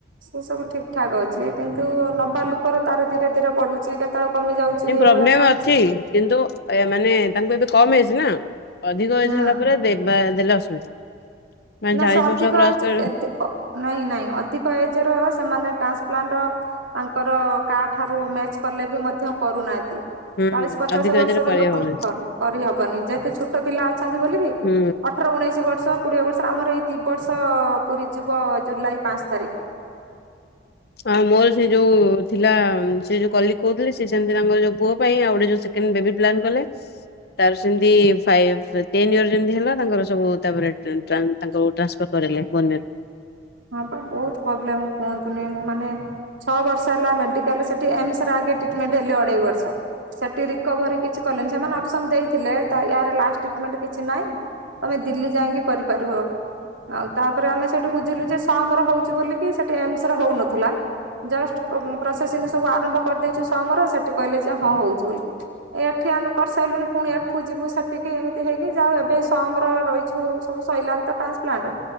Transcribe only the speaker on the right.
ସେ ସବୁ ଠିକ୍ ଠାକ୍ ଅଛି କିନ୍ତୁ ନବା ଲୁକର ତାର ଧୀରେ ଧୀରେ ବଢୁଛି କେତ୍‌ ତଳ କମି ଯାଉଛି
ଏଇଭଳିଆ
ଚାଲିଛି।
ହୁଁ।
ନା
ସେ ଅଧିକ
ଏଜ୍
ଏ ଦେ ଅ ନାଇଁ ନାଇଁ ଅଧିକ ଏଜ୍ ର ସେମାନେ ଟ୍ରାନ୍ସପ୍ଲାଣ୍ଟ ଆଙ୍କର କାଠାରୁ ମ୍ୟାଚ୍ କଲେ ବି ମଧ୍ୟ କରୁନାହାତି।
ଚାଳିଶ ପଚାଶ
ବର୍ଷର
ଲୋକ କର୍ କରିହବନି ଯେହେତୁ ଛୋଟ ପିଲା ଅଛନ୍ତି ବୋଲିକି
ଠର ଉଣେଇଶି ବର୍ଷ କୋଡିଏ ବର୍ଷ ଆମର ଏଇ ଦି ବର୍ଷ ପୁରୀ ଯିବ ଜୁଲାଇ ପାଞ୍ଚ୍ ତାରିଖ।
ହଁ ପା ବହୁତ ପୋବ୍ଲେମ୍ କୁହନ୍ତୁନି ମୁଁ ମାନେ ଛଅ ବର୍ଷ ହେଲା ମେଡିକାଲ ସେଠି ଏମ୍ସ ର ଆଗେ ଟ୍ରିଟମେଣ୍ଟ୍ ହେଲି ଅଢ଼େଇ ବର୍ଷ ସେଠି ରି କୋଭରି କିଛି କଲେନି ସେମାନେ ଅପସନ୍ ଦେଇଥିଲେ ତା ୟାର ଲାଷ୍ଟ୍ ଟିଟମେଣ୍ଟ କିଛି ନାହିଁ। ତମେ ଦିଲ୍ଲୀ ଯାଇଁକି କରିପାରିବ ଆଉ ତାପରେ ଆମେ ସେଇଠୁ ବୁଝିଲୁ ଆମର ହଉଚି ବୋଲିକି ସେଠି ଏମ୍ସରେ ହଉନଥିଲା। ଜଷ୍ଟ ପ ପ୍ରୋସେସିଂ ସବୁ ଆରମ୍ଭ କରିଦେଇଛୁ ସମ୍ ର ସେଠି କହିଲେ ଯେ ହଁ ହଉଛି ବୋଲି। ଏଠି ଆମେ କରିସାଇଲୁଣି ପୁଣି ଏଠୁ ଯିବୁ ସେଟିକି ଏମିତି ହେଇକି ଯାଉ ଏବେ ସମ୍ ର ରହିଛୁ। ସବୁ ସଇଲାଣି ତ ଟାନ୍ସପ୍ଲାଣ